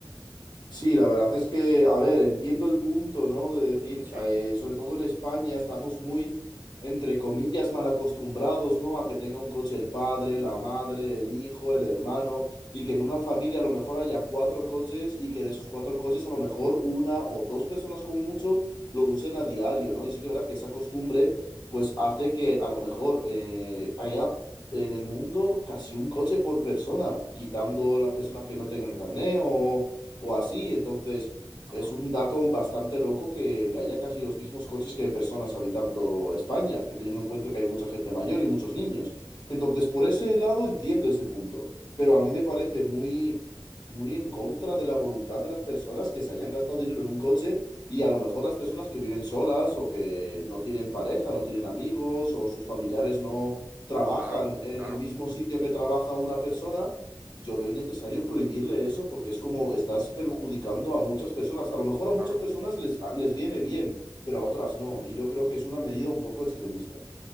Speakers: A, on the left; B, on the right.
A: Sí, la verdad es que, a ver, entiendo el punto, ¿no? De decir,
B: Sí,
A: eh, sobre todo en España, estamos muy, entre comillas, mal acostumbrados, ¿no? A que tenga un coche el padre, la madre, el hijo, el hermano, y que en una familia a lo mejor haya cuatro coches y que de esos cuatro coches a lo mejor una o dos personas como mucho lo usen a diario, ¿no? Y sí que es verdad que esa costumbre, pues hace que a lo mejor eh, haya... En el mundo, casi un coche por persona, quitando las personas que no tengan carné o, o así. Entonces,
B: ajá.
A: es un dato bastante loco que, que haya casi los mismos coches que personas habitando España, que teniendo en cuenta que hay mucha gente mayor y muchos niños. Entonces, por ese lado entiendo ese punto, pero a mí me parece muy... muy en contra de la voluntad de las personas que se hayan gastado dinero en un coche y a lo mejor las personas que viven solas o que no tienen pareja, no tienen amigos o sus familiares no trabajan
B: Claro,
A: en
B: claro,
A: el mismo sitio que trabaja una persona yo veo innecesario prohibirle eso porque es como estás perjudicando a muchas personas. A lo mejor a muchas
B: claro.
A: personas les, a- les viene bien, pero a otras no. Y yo creo que es una medida un poco extremista.